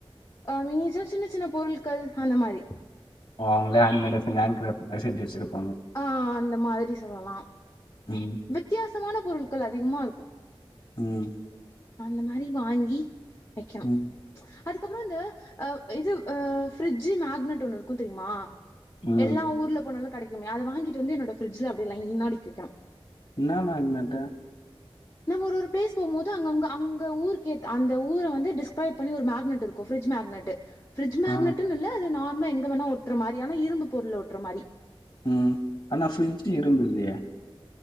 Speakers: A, on the left (about 30°); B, on the left (about 50°).
A: அ மினியேச்சர் சின்ன சின்ன பொருள்கள் அந்த மாரி.
B: ஓ அவுங்ளே ஹேன்மேடா செஞ்சு ஹேன்கிரேஃப்ட் மாரி செஞ்சு வெச்சிருப்
A: ஆ ஆ அந்த மாதிரி சொல்லலா.
B: ம்
A: வித்தியாசமான பொருள்கள் அதிகமா இருக்கு.
B: ம்.
A: அந்த மாரி வாங்கி வெக்கணு.
B: ம்
A: அதுக்கப்பறோ இந்த அவ் இதுவ் அ ஃபிரிட்ஜு மேக்னட் ஒண்ணு இருக்கு தெரிமா?
B: ம்
A: எல்லா ஊர்ல போனாலு கெடைக்குமே அத வாங்கிட்டு வந்து என்னோட ஃபிரிட்ஜில அப்டியே லைனா‌ அடிக்கி வெக்கணு.
B: இன்னா மேக்னட்டு?
A: நம்ம ஒரு ஒரு பிளேஸ் போமோது அங்கங்க அங்க ஊருக்கேத்த அந்த ஊர வந்து டிஸ்கிரைப் பண்ணி ஒரு மேக்னெட் இரு க்கு ஃப்ரிட்ஜ் மேக்னெட்டு. ஃப்ரிட்ஜ் மேக்னெட்டுன்னு
B: ஆ
A: இல்ல அது நார்மலா எங்க வேணா ஒட்ற மாரி ஆனா இரும்பு பொருள்ல ஒட்ற மாரி.
B: ம் ஆனா ஃப்ரிட்ஜி இரும்பு இல்லியே.